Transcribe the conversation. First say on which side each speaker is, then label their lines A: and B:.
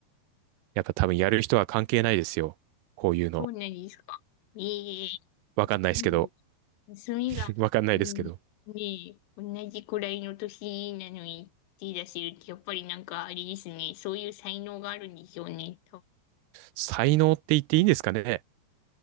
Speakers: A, on the right; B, on the left.
A: やっぱ多分やる人は関係ないですよ。こういうの。
B: そうなんですか。ええ
A: わかんないですけど、
B: うん娘が、
A: <laughs> わかんないですけど、
B: うんねえ、同じくらいの年なのに手出せるって、やっぱりなんかあれですね、そういう才能があるんでしょうね。多分
A: 才能って言っていいんですかね